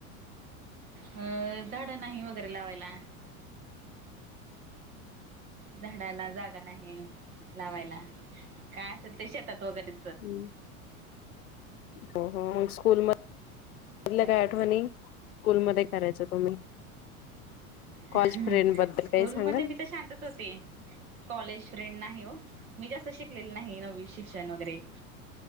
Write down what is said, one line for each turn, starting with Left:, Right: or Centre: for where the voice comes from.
Right: अं झाडं नाही वगैरे लावायला. झाडाला जागा नाही लावायला काय असेल ते शेतात वगैरे.
Left: हम् हो हो स्कूल मधल्या
Right: बाकी
Left: काय आठवणी स्कूलमध्ये करायच्या तुम्ही. कॉलेज
Right: हम्म
Left: फ्रेंड बद्दल
Right: स्कूल
Left: काही सांगाल
Right: मध्ये मी तर शांतच होती. कॉलेज फ्रेंड नाही हो! मी जास्त शिकलेल नाही नववी शिक्षण वगैरे.